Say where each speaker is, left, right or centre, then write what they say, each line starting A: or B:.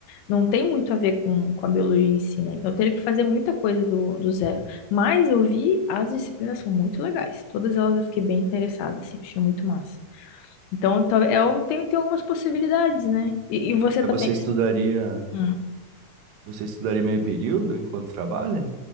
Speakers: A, on the left; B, on the right.
A: não tem muito a ver com, com a biologia em si, né? Então eu teria que fazer muita coisa do, do zero. Mas eu vi, as disciplinas são muito legais. Todas elas eu fiquei bem interessada, assim, achei muito massa. Então, tal- é, um- tem, tem algumas possibilidades, né? E, e você
B: Mas
A: tá pensando?
B: você estudaria,
A: Hum.
B: você estudaria meio período enquanto trabalha?